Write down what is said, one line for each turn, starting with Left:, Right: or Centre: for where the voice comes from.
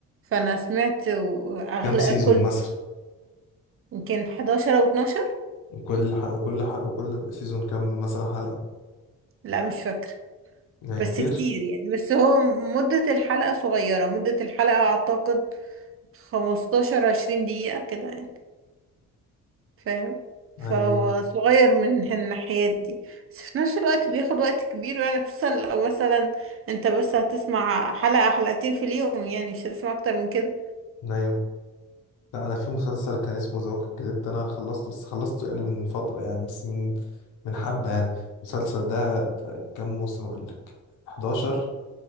Right: فانا سمعت اغلى
Left: كام سيزون
Right: كل
Left: مثلا
Right: يمكن 11 او 12
Left: وكل حق وكل حق وكل سيزون كام مثلا حلقه
Right: لا مش فاكرة
Left: يعني
Right: بس
Left: كتير
Right: كتير يعني بس هو مدة الحلقة صغيرة مدة الحلقة اعتقد 15 20 دقيقة كده يعني. فاهم
Left: ايوه
Right: فهو
Left: ايوه
Right: صغير من الناحية دي بس في نفس الوقت بياخد وقت كبير يعني خصوصا لو مثلا انت بس هتسمع حلقة حلقتين في اليوم يعني مش هتسمع اكتر من كده
Left: أيوه. لا انا في مسلسل كان اسمه ذا ووكينج ديد ده انا خلصته بس خلصته يعني من فتره يعني بس من من حبه يعني المسلسل ده كام موسم اقول لك 11